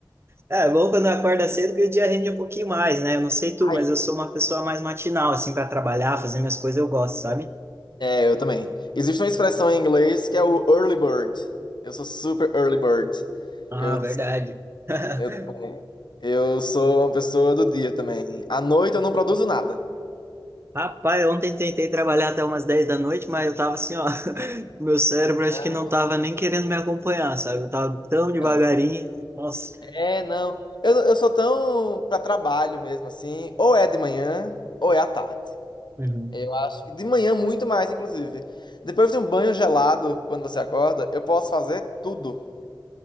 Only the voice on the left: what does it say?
Ai.
É, eu também. Existe uma expressão em inglês que é o early bird. Eu sou super early bird.
Eu,
eu também. Eu sou uma pessoa do dia também. À noite eu não produzo nada.
Não,
não.
É, não. Eu, eu sou tão pra trabalho mesmo, assim. Ou é de manhã, ou é à tarde.
Eu acho que de manhã muito mais, inclusive. Depois de um banho gelado, quando você acorda, eu posso fazer tudo.